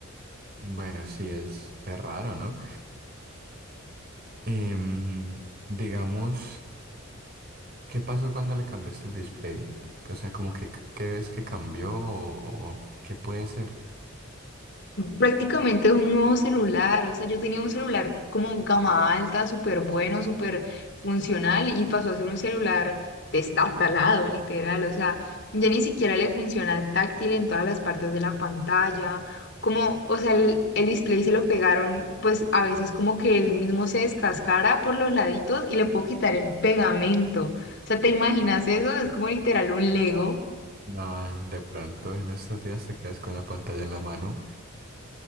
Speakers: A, on the right (about 45°); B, on the left (about 55°).
A: Bueno, sí, es, es raro, ¿no? Em, digamos, ¿qué pasó cuando le cambiaste el display? O sea, como que qué ves que cambió o, o qué puede ser.
B: Prácticamente es un nuevo celular, o sea, yo tenía un celular como gama alta, súper bueno, súper funcional y pasó a ser un celular destartalado, literal, o sea, ya ni siquiera le funciona el táctil en todas las partes de la pantalla, como, o sea, el, el display se lo pegaron, pues a veces como que el mismo se descascara por los laditos y le puedo quitar el pegamento, o sea, ¿te imaginas eso? Es como literal un Lego.
A: Nada, de pronto en estos días te quedas con la pantalla en la mano.